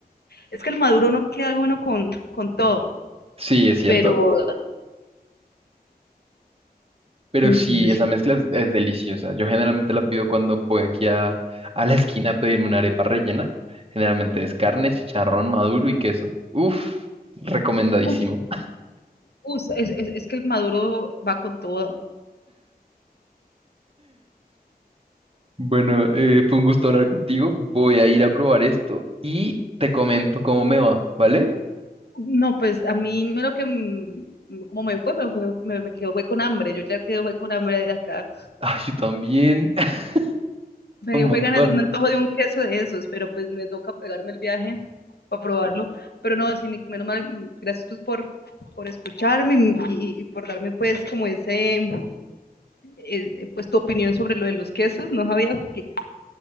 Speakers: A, on the left (about 80°); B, on the right (about 35°).
A: es que el maduro no queda bueno con, con todo,
B: Sí, es cierto.
A: pero
B: Pero
A: y entonces
B: sí, esa
A: sí,
B: mezcla es, es deliciosa. Yo generalmente la pido cuando voy aquí a, a la esquina a pedirme una arepa rellena. Generalmente es carne, chicharrón maduro y queso. Uf, recomendadísimo.
A: uy, uy, es, es, es que el maduro va con todo.
B: Bueno, eh, fue un gusto hablar contigo. Voy a ir a probar esto y te comento cómo me va, ¿vale? <laughs>
A: No, pues a mí me lo que mm, como me fue, me, fue, me, me quedó fue con hambre. Yo ya quedé fue con hambre de acá.
B: Ah, yo también. <laughs>
A: me
B: Un
A: dio
B: montón.
A: fue ganas de un antojo de un queso de esos, pero pues me toca pegarme el viaje para probarlo. Pero no, sí, Nico, menos mal, gracias pues por, por escucharme y, y por darme pues como ese, eh, eh, pues tu opinión sobre lo de los quesos. No sabía que